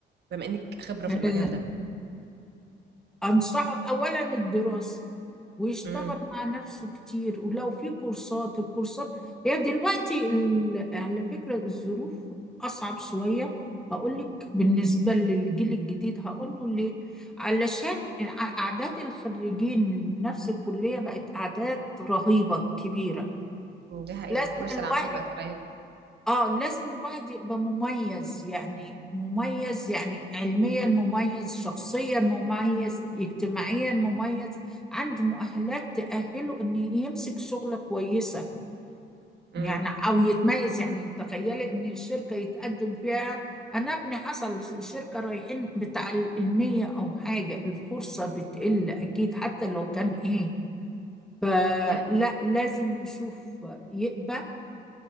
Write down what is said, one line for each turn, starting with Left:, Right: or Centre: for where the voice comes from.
Right: بما انك خبره
Centre: هي
Right: في المجال ده
Centre: أنصحه أولا الدراسة ويشتغل
Right: امم
Centre: مع نفسه كتير ولو في كورسات الكورسات هي دلوقتي ال- على فكرة الظروف أصعب شوية هقول لك بالنسبة للجيل الجديد هقول له ليه علشان الع- أعداد الخريجين من نفس الكلية بقت أعداد رهيبة كبيرة
Right: دي حقيقه
Centre: لازم
Right: فرصه
Centre: الواحد
Right: العمل بقت قليله
Centre: اه لازم الواحد يبقى مميز يعني مميز يعني علميا مميز شخصيا مميز اجتماعيا مميز عنده مؤهلات تأهله ان يمسك شغلة كويسة يعني
Right: امم
Centre: او يتميز يعني تخيلي ان الشركة يتقدم فيها انا ابني حصل شركة رايحين بتاع المية او حاجة الفرصة بتقل اكيد حتى لو كان ايه فلا
Right: دي حقيقة.
Centre: لازم يشوف يقبل